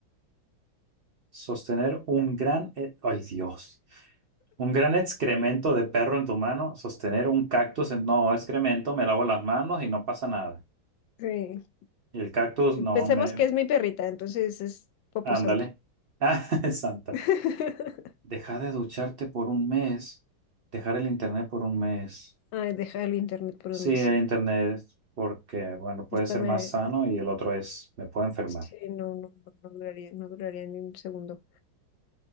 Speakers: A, on the right; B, on the left.
A: Sostener un gran... e- Ay, Dios. Un gran excremento de perro en tu mano, sostener un cactus en... No, excremento, me lavo las manos y no pasa nada.
B: Sí.
A: Y el cactus,
B: Y
A: no,
B: pensemos
A: me...
B: que es mi perrita, entonces es Popo
A: Ándale.
B: Santa.
A: <laughs> Ah, santa.
B: <laughs>
A: Dejar de ducharte por un mes. Dejar el internet por un mes.
B: Ay, dejar el internet por
A: Sí,
B: un mes.
A: el internet, porque, bueno, puede
B: Hasta
A: ser
B: me...
A: más sano y el otro es, me puedo enfermar.
B: Sí, no, no, no, no duraría, no duraría ni un segundo.